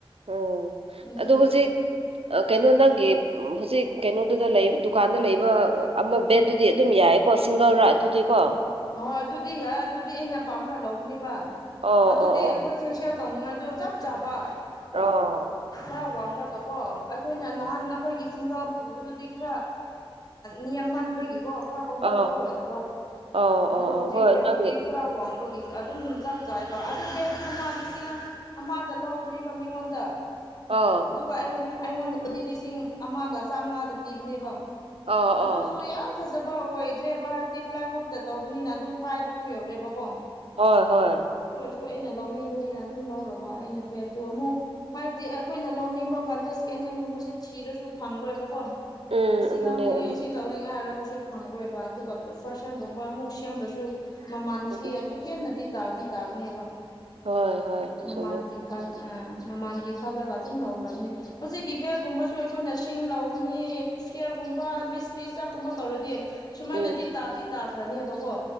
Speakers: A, on the right (about 80°); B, on the left (about 40°).
A: ꯎꯝ
B: ꯑꯗꯨꯒꯤ
A: ꯑꯗꯣ ꯍꯧꯖꯤꯛ ꯑ ꯀꯩꯅꯣ ꯑꯣ ꯅꯒꯤ ꯎꯝ ꯍꯧꯖꯤꯛ ꯀꯩꯅꯣꯗꯨꯗ ꯂꯩ ꯗꯨꯀꯥꯟꯗ ꯂꯩꯕ ꯑꯃ ꯕꯦꯗꯠꯇꯨꯗꯤ ꯑꯗꯨꯝ ꯌꯥꯏꯀꯣ ꯁꯤꯡꯒꯜꯔꯥ ꯑꯗꯨꯗꯤꯀꯣ
B: ꯍꯣꯏ ꯑꯗꯨꯗꯤ ꯌꯥꯔꯦ ꯑꯗꯨꯗꯤ ꯑꯩꯅ ꯄꯥꯝꯅ ꯂꯧꯕꯅꯦꯕ
A: ꯑꯣ
B: ꯑꯗꯨꯗꯤ
A: ꯑꯣ
B: ꯑꯩꯈꯣꯏ ꯐꯦꯁꯤꯌꯦꯜ ꯇꯧꯅꯤꯡꯉꯥꯏꯗ ꯆꯞ ꯆꯥꯕ
A: ꯑ <unintelligible> <inaudible>
B: ꯈꯔ ꯋꯥꯡꯡꯂꯒ ꯀꯣ ꯑꯩꯈꯣꯏꯅ ꯅꯍꯥꯟ ꯅꯈꯣꯏꯒꯤ ꯁꯤꯡꯒꯥ ꯄꯨꯕꯗꯨꯗꯤ ꯈꯔ ꯅꯤꯃꯟꯕꯒꯤꯀꯣ ꯈꯔ ꯀꯝꯐꯣꯔꯇꯦꯕꯜ
A: ꯑꯥ
B: ꯑꯣꯏꯗꯕ
A: ꯑꯧ ꯑꯧ
B: ꯑꯗꯣ
A: ꯑꯧ
B: ꯍꯧꯖꯤꯛ
A: ꯍꯣꯏ
B: ꯕꯦꯠꯇꯨꯗꯤ
A: ꯅꯪꯒꯤ
B: ꯈꯔ ꯋꯥꯡꯕꯒꯤ ꯑꯗꯨꯝ ꯆꯞ ꯆꯥꯥꯏꯕ ꯑꯗꯨ ꯕꯦꯒꯁꯨ ꯑꯃ ꯂꯤꯁꯤꯡ ꯑꯃꯗ ꯂꯧꯕꯅꯦꯕ ꯃꯤꯉꯣꯟꯗ
A: ꯑꯥ
B: ꯑꯗꯨꯒ ꯑꯩ ꯑꯩꯉꯣꯟꯗꯗꯤ ꯂꯤꯁꯤꯡ ꯑꯃꯒ ꯆꯥꯝꯃꯉꯥꯗ ꯄꯤꯕꯅꯦꯕ
A: ꯑꯥ
B: ꯑꯗꯨꯁꯨ
A: ꯑꯥ
B: ꯌꯥꯝ ꯐꯖꯩ ꯐꯖꯕ ꯑꯣꯏꯗ꯭ꯔꯦꯕ ꯍꯥꯏꯕꯗꯤ ꯄ꯭ꯂꯥꯏꯋꯣꯠꯇ ꯇꯧꯕꯅꯤꯅ ꯑꯗꯨꯝ ꯀꯥꯏꯕꯁꯨ ꯌꯧꯔꯦꯕꯀꯣ
A: ꯍꯣꯏ ꯍꯣꯏ <unintelligible> <inaudible>
B: ꯁꯨ ꯑꯩꯅ ꯂꯧꯅꯤꯡꯕꯅꯤꯅ ꯑꯗꯨꯝ ꯂꯧꯔꯕ ꯑꯩꯅ ꯕꯦꯗꯠꯇꯨ ꯑꯃꯨꯛ ꯍꯥꯏꯕꯗꯤ ꯑꯩꯈꯣꯏꯅ ꯂꯧꯅꯤꯡꯕ ꯀꯥꯟꯗ ꯀꯟꯍꯦꯟꯒꯨꯝꯕꯁꯦ ꯊꯤꯔꯁꯨ ꯐꯪꯉꯣꯏꯕꯀꯣ
A: ꯎꯝ
B: ꯑꯁꯤ
A: ꯑꯗꯨꯅꯦ
B: ꯂꯧꯅꯤꯡꯉꯦ
A: ꯎꯝ
B: ꯑꯁꯤ ꯂꯧꯅꯤꯡꯉꯦ ꯍꯥꯏꯔꯒꯁꯨ ꯐꯪꯉꯣꯏꯕ ꯑꯗꯨꯒ ꯐꯥꯔꯁ ꯨꯝꯕ ꯑꯃꯨꯛ ꯁꯦꯝꯂꯁꯨ ꯃꯃꯥꯟꯁꯤ
A: ꯎꯝ
B: ꯑꯗꯨ ꯍꯦꯟꯅꯗꯤ ꯇꯥꯗꯤ ꯇꯥꯒꯅꯦꯕ
A: ꯍꯣꯏ ꯍꯣꯏ
B: ꯃꯃꯥꯟꯖꯤ
A: ꯆꯨꯝꯃꯦ
B: ꯈꯂ
A: ꯎꯝ
B: ꯑ ꯃꯃꯥꯟ ꯒꯤ ꯈꯜꯂꯒ ꯑꯗꯨꯝ ꯂꯧꯈ꯭ꯔꯕꯅꯤ ꯍꯧꯖꯤꯛꯀꯤ ꯕꯦꯒꯒꯨꯝꯕꯁꯨ ꯑꯩꯈꯣꯏꯅ ꯁꯤꯡ ꯂꯧꯒꯅꯤ ꯐꯤꯌꯔꯒꯨꯝꯕ ꯃꯤꯁꯇ꯭ꯔꯤ ꯆꯥꯛꯀꯨꯝꯕ ꯇꯧꯔꯗꯤ ꯁꯨꯃꯥꯏꯅꯗꯤ
A: ꯎꯝ
B: ꯇꯥꯗꯤ ꯇꯥꯈ꯭ꯔꯅꯦꯕ ꯀꯣ